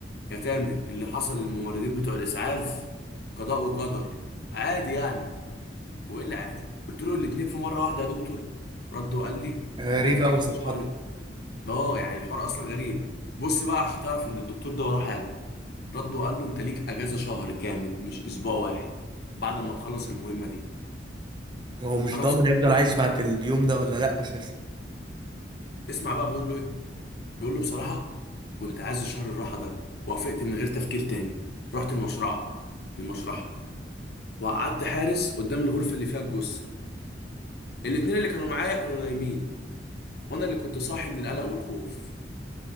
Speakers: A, on the left; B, on the right.
A: يا تامر اللي حصل للممرضين بتوع الاسعاف قضاء وقدر عادي يعني هو ايه اللي عادي قلت له الاتنين في مره واحده يا دكتور رد وقال لي
B: غريبة
A: ليك اجازه
B: أوي صراحة
A: شهرين اه يعني الحوار اصلا غريب بص بقى عشان تعرف ان الدكتور ده وراه حاجه رد وقال له انت ليك اجازه شهر كامل مش اسبوع واحد بعد ما تخلص المهمه دي
B: هو مش
A: فانا
B: ضامن
A: بصراحه
B: هيفضل
A: كنت-
B: عايش بعد اليوم ده ولا لا اساسا
A: اسمع بقى بيقول له ايه بيقول له بصراحه كنت عايز الشهر الراحه ده وافقت من غير تفكير تاني رحت المشرعه في المشرحه وقعدت حارس قدام الغرفه اللي فيها الجثه الاتنين اللي كانوا معايا كانوا نايمين وانا اللي كنت صاحي من القلق والخوف